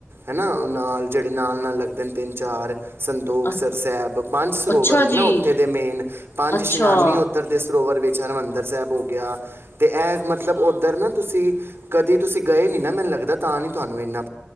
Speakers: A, on the right (about 80°); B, on the left (about 75°).
A: ਹਨਾਂ ਨਾਲ ਜਿਹੜੇ ਨਾਲ-ਨਾਲ ਲੱਗਦੇ ਨੇਂ। ਤਿੰਨ ਚਾਰ ਸੰਤੋਖਸ
B: ਅ
A: ਸਾਹਿਬ ਪੰਜ ਸਰੋਵਰ
B: ਅੱਛਾ
A: ਨੇਂ
B: ਜੀ
A: ਨਾਂ ਉੱਥੇ ਦੇ ਮੇਨ ਪੰਜ
B: ਅੱਛਾ-ਅੱਛਾ।
A: ਸਨਾਨ ਈ ਉੱਧਰ ਦੇ ਸਰੋਵਰ ਵਿੱਚ ਹਰਿਮੰਦਰ ਸਾਹਿਬ ਹੋ ਗਿਆ ਤੇ ਇਹ ਮਤਲਬ ਉੱਧਰ ਨਾ ਤੁਸੀਂ ਕਦੀ ਤੁਸੀਂ ਗਏ ਨਈਂ ਨਾਂ ਮੈਨੂੰ ਲੱਗਦਾ ਤਾਂ ਨਹੀਂ ਤੁਹਾਨੂੰ ਇੰਨਾਂ